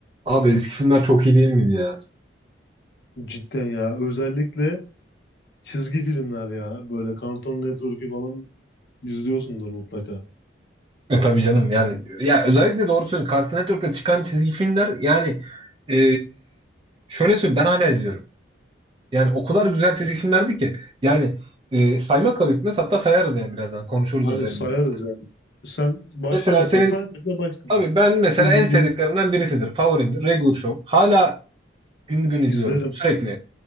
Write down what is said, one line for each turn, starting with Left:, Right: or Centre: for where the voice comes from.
Right: Abi eski filmler çok iyi değil miydi ya?
Left: Cidden ya. Özellikle çizgi filmler ya. Böyle Cartoon Network'ü falan izliyorsundur mutlaka.
Right: E tabii canım yani ya özellikle doğru söylüyorsun. Cartoon Network'ta çıkan çizgi filmler yani e, şöyle söyleyeyim ben hala izliyorum. Yani o kadar güzel çizgi filmlerdi ki yani e, saymakla bitmez hatta sayarız yani birazdan konuşuruz
Left: Hani
Right: özelinde.
Left: sayarız yani. Sen başla
Right: Mesela
Left: mesela.
Right: senin
Left: Saymakla başla
Right: tabii
Left: mesela.
Right: ben mesela
Left: İzledin.
Right: en sevdiklerimden birisidir. Favorimdir. Regular Show. Hala gün gün izliyorum
Left: izlerim.
Right: sürekli.